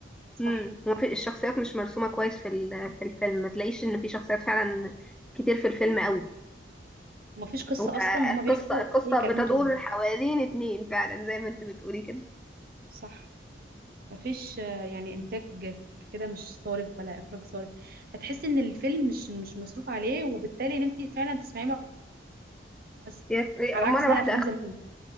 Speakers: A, on the right (about 50°); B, in the centre.
A: صح
B: امم وفي الشخصيات مش مرسومه كويس في ال- في الفيلم ما تلاقيش ان في شخصيات فعلا كتير في الفيلم قوي
A: مفيش قصة
B: هو
A: اصلا هما
B: القصه
A: بيحكوا
B: القصه
A: اي كلام
B: بتدور
A: وخلاص
B: حوالين اتنين فعلا زي ما انت بتقولي كده
A: صح مفيش آه، يعني انتاج كده مش صارف ولا اخراج صارف فتحس ان الفيلم مش مش مصروف عليه وبالتالي ان انت فعلا تسمعيه بس
B: هي- هي
A: على
B: مره
A: عكس بقى
B: واحده
A: افلام
B: اخد
A: زمان